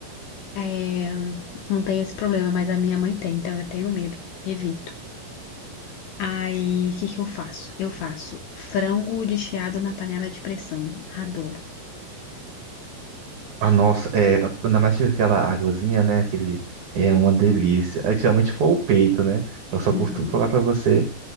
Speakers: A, on the left; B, on the right.
A: É, não tem esse problema, mas a minha mãe tem, então eu tenho medo, evito. Aí, o que que eu faço? Eu faço frango desfiado na panela de pressão. Adoro.
B: Ah, nossa, é, ainda mais que aquela águazinha, né? Aquele, é
A: Uhum,
B: uma delícia. É, Geralmente foi o peito, né? Eu só
A: uhum,
B: curto, falar pra você,